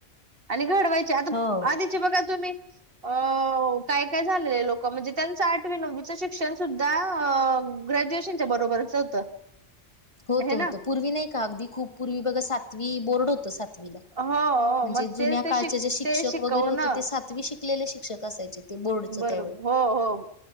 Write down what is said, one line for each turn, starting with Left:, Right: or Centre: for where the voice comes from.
Right: आणि घडवायच्या आता
Left: हो
Right: आधीचे बघा तुम्ही अ हो काय काय झालेलं लोक म्हणजे त्यांचं आठवी नववीचं शिक्षण सुद्धा अह ग्रॅज्युएशनच्या बरोबरच होतं.
Left: होत
Right: हे
Left: होत.
Right: ना
Left: पूर्वी नाही का अगदी खूप पूर्वी बघा सातवी बोर्ड होतं सात विला
Right: हो
Left: म्हणजे
Right: मग
Left: जुन्या
Right: तेच ते
Left: काळचे
Right: शिक
Left: जे शिक्षक
Right: ते शिकवणं
Left: वगैरे होते ते सातवी शिकलेले शिक्षक असायचे ते बोर्डच
Right: बरोबर
Left: त्यावेळी
Right: हो हो.